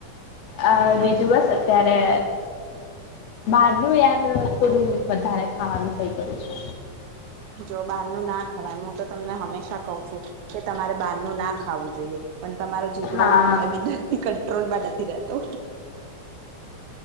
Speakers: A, on the left; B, on the right.
A: આ બીજું બસ અત્યારે બારનું યાર થોડું વધારે ખાવાનું થઇ ગયું છે.
B: જો બારનું ના ખવાય. હું તો તમને હંમેશા કહુ છું. કે તમારે બારનું ના ખાવું જોઈએ. પણ તમારો જીભડુ
A: છે હા
B: એબીતે કંટ્રોલમાં નથી રહેતો.